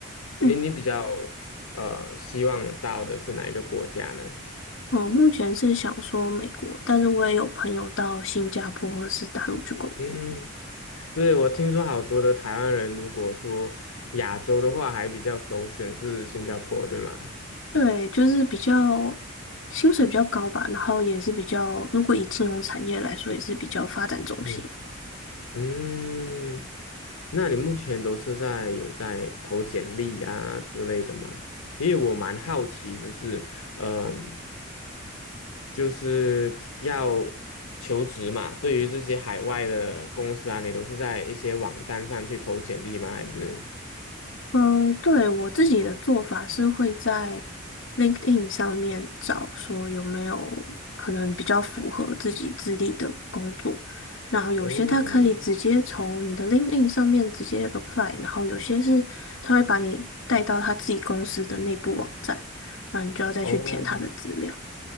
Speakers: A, on the left (about 65°); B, on the left (about 85°).
A: 嗯，
B: 你你比较呃希望到的是哪一个国家呢？
A: 我目前是想说美国，但是我也有朋友到新加坡或是大陆去工作。
B: 嗯，对，我听说好多的台湾人，如果说亚洲的话，还比较首选是新加坡，对吗？
A: 对，就是比较薪水比较高吧，然后也是比较，如果以金融产业来说，也是比较发展中心。
B: 嗯。嗯，那你目前都是在有在投简历啊之类的吗？因为我蛮好奇，就是嗯，就是要求职嘛，对于这些海外的公司啊，你都是在一些网站上去投简历吗？还是？
A: 嗯，对，我自己的做法是会在 LinkedIn 上面找说有没有可能比较符合自己资历的工作，然后有些他可以直接从你的
B: 哦
A: LinkedIn 上面直接 apply，然后有些是他会把你带到他自己公司的内部网站，那你就要再去填他的资料。
B: 哦